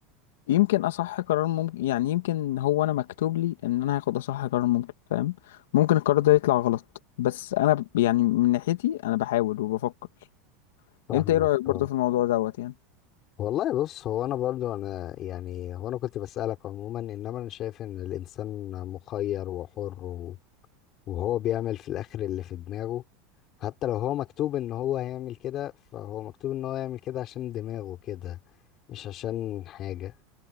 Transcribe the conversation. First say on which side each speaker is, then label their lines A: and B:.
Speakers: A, on the left; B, on the left.
A: يمكن اصح قرار ممكن يعني يمكن هو انا مكتوب لي ان انا هاخد اصح قرار ممكن فاهم ممكن القرار ده يطلع غلط بس انا ب- يعني من ناحيتي انا بحاول وبفكر
B: فاهمك
A: انت ايه رايك برضه
B: اه
A: في الموضوع دوت يعني
B: والله بص هو انا برضو انا يعني هو انا كنت بسألك عموما انما انا شايف ان الانسان مخير وحر و- وهو بيعمل في الاخر اللي في دماغه حتى لو هو مكتوب ان هو هيعمل كده فهو مكتوب ان هو يعمل كده عشان دماغه كده مش عشان حاجة